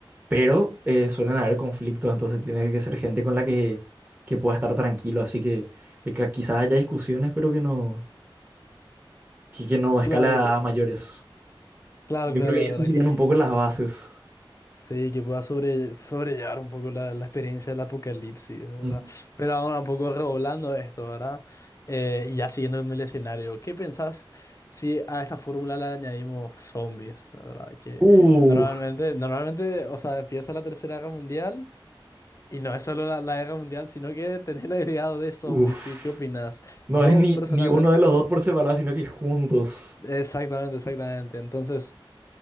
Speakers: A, on the right (about 20°); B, on the left (about 35°).
A: pero eh, suelen haber conflictos, entonces tiene que ser gente con la que, que pueda estar tranquilo, así que, que ca- quizás haya discusiones, pero que no, que, que no escala
B: Claro,
A: a a mayores.
B: claro,
A: Yo
B: claro,
A: creo que
B: de
A: eso
B: ¿verdad?
A: serían
B: Que,
A: un
B: que-
A: poco las bases.
B: sí, que pueda sobre, sobrellevar un poco la, la experiencia del apocalipsis, ¿verdad?
A: Ujú.
B: Pero ahora un poco redoblando esto, ¿verdad? Eh, y ya siguiendo en el escenario, ¿qué pensás si a esta fórmula le añadimos zombies, ¿verdad? Que
A: Uh,
B: normalmente, normalmente, o sea, empieza la Tercera Guerra Mundial. Y no es solo la, la guerra mundial, sino que tenés el agregado de zombies.
A: uf.
B: ¿Qué, qué opinás?
A: No
B: Yo
A: es ni,
B: personalmente,
A: ni uno de los dos por separado, sino que juntos.
B: exactamente, exactamente. Entonces...